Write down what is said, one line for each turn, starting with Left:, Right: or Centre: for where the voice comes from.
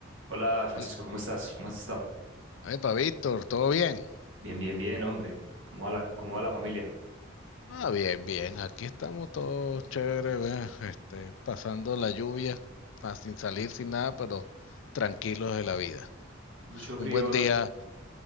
Right: Hola Francisco,
Left: Hola.
Right: ¿cómo estás? ¿Cómo has estado?
Left: Epa, Víctor, ¿todo bien?
Right: Bien, bien, bien, hombre. ¿Cómo va la, cómo va la familia?
Left: Ah, bien, bien. Aquí estamos todos chéveres, ve, Este, pasando la lluvia, ah, sin salir, sin nada, pero tranquilos de la vida.
Right: Mucho
Left: Un
Right: frío,
Left: buen día,